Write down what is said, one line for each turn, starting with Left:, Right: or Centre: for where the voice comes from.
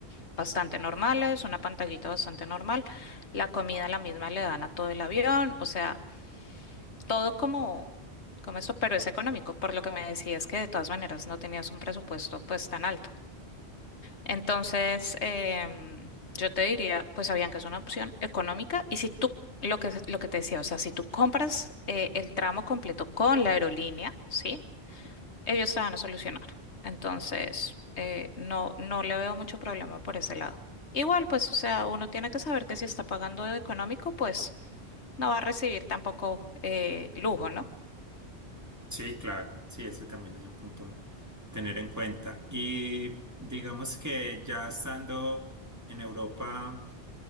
Left: bastante normales, una pantallita bastante normal, la comida la misma le dan a todo el avión, o sea todo como, como esto, pero es económico, por lo que me decías que de todas maneras no tenías un presupuesto pues tan alto. Entonces, em, yo te diría, pues sabían que es una opción económica y si tú, lo que, lo que te decía, o sea, si tú compras eh, el tramo completo con la aerolínea, ¿sí? Ellos te van a solucionar. Entonces, eh, no, no le veo mucho problema por ese lado. Igual, pues, o sea, uno tiene que saber que si está pagando de económico, pues no va a recibir tampoco eh, lujo, ¿no?
Right: Sí, claro, sí, eso también es un punto a tener en cuenta. Y digamos que ya estando en Europa.